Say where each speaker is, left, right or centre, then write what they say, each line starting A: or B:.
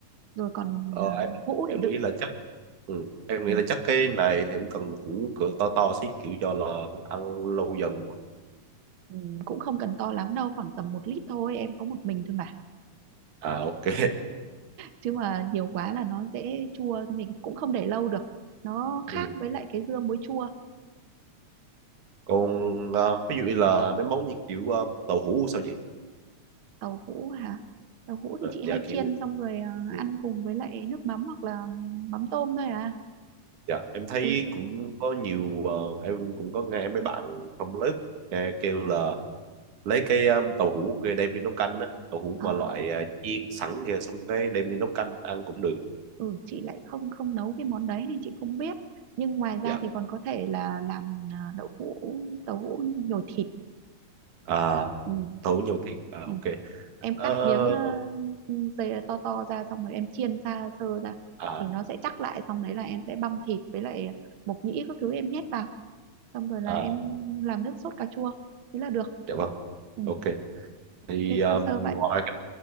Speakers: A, on the right; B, on the right.
A: rồi còn
B: ờ,
A: ờ,
B: em
A: hũ để
B: em
A: đựng
B: nghĩ là chắc ừ, em
A: ừ,
B: nghĩ là chắc cái này thì em cần củ cửa to to xí kiểu do là ăn lâu dần
A: ừ, cũng không cần to lắm đâu khoảng tầm một lít thôi em có một mình thôi mà
B: à ok
A: chứ mà nhiều quá là nó dễ chua mình cũng không để lâu được nó khác
B: ừ.
A: với lại cái dưa muối chua
B: còn ờ, ví dụ như là mấy món như kiểu ờ, tàu hũ sao vậy
A: tàu hũ hả tàu hũ
B: Ờ,
A: thì chị
B: dạ
A: hay
B: kiểu
A: chiên xong rồi ờ,
B: ừ.
A: ăn cùng với lại nước mắm hoặc là mắm tôm thôi à
B: Dạ, em thấy
A: ừ
B: cũng có nhiều ờ, em cũng có nghe mấy bạn trong lớp ờ, kêu là lấy cái um, tàu hũ kia đem đi nấu canh á, tàu hũ
A: ờ
B: mà loại ờ, chiên sẵn kia xong cái đem đi nấu canh ăn cũng được.
A: ừ chị lại không không nấu cái món đấy nên chị không biết nhưng ngoài
B: Dạ.
A: ra thì còn có thể là làm à, đậu hũ tàu hũ nhồi thịt
B: À,
A: ừ.
B: tàu hũ nhiều thịt. À,
A: Ừ.
B: ok.
A: em
B: Ờ,
A: cắt miếng uh, dây to to ra xong rồi em chiên ra sơ ra
B: à
A: thì nó sẽ chắc lại xong đấy là em sẽ băm thịt với lại mộc nhĩ các thứ em nhét vào xong rồi là
B: à
A: em làm nước sốt cà chua thế là được
B: dạ vâng.
A: ừ.
B: Ok. Thì
A: thế
B: um,
A: sơ sơ vậy
B: ngoài cái,